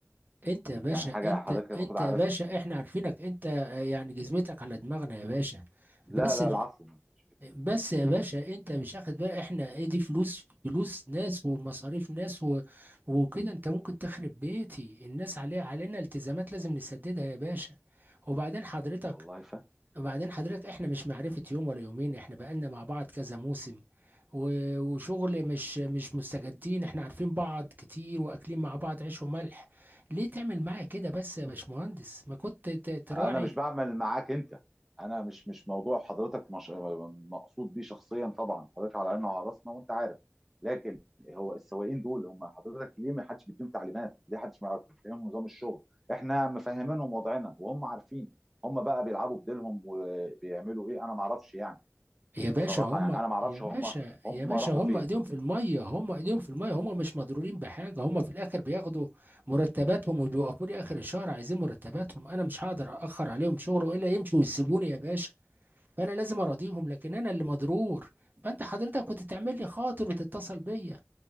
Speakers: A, on the right; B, in the centre.
A: انت يا باشا
B: يعني حاجه
A: انت
B: حضرتك المفروض
A: انت
B: عارفها
A: يا باشا احنا عارفينك انت آه، يعني جزمتك على دماغنا يا باشا
B: لا
A: بس
B: لا العفو ما تقولش كده
A: بس يا باشا انت مش واخد بقى احنا ايه دي فلوس فلوس ناس ومصاريف ناس و... وكده انت ممكن تخرب بيتي الناس عليها علينا التزامات لازم نسددها يا باشا وبعدين حضرتك
B: والله
A: وبعدين حضرتك احنا مش معرفة يوم ولا يومين احنا بقالنا مع بعض كذا موسم و... وشغل مش مش مستجدين احنا عارفين بعض كتير واكلين مع بعض عيش وملح ليه تعمل معايا كده بس يا باشمهندس ما كنت ت- تراعي
B: انا مش بعمل معاك انت انا مش مش موضوع حضرتك مش مقصود بيه شخصيا طبعا حضرتك على عيننا وعلى راسنا وانت عارف لكن هو السواقين دول هم حضرتك ليه ما حدش بيديهم تعليمات ليه حدش ما يعرف- بيفهمهم نظام الشغل احنا مفهمينهم وضعنا وهم عارفين هم بقى بيلعبوا بديلهم وبيعملوا ايه انا ما اعرفش يعني
A: يا باشا
B: بصراحه
A: هم
B: يعني انا ما اعرفش
A: يا باشا
B: هم هم
A: يا باشا
B: راحوا
A: هم
B: فين
A: ايديهم في الميه هم ايديهم في الميه هم مش مضرورين بحاجه هم في الاخر بياخدوا مرتباتهم وبيوقفوا لي اخر الشهر عايزين مرتباتهم انا مش هقدر اخر عليهم شغله الا يمشوا ويسيبوني يا باشا فانا لازم اراضيهم لكن انا اللي مضرور فانت حضرتك كنت تعمل لي خاطر وتتصل بيا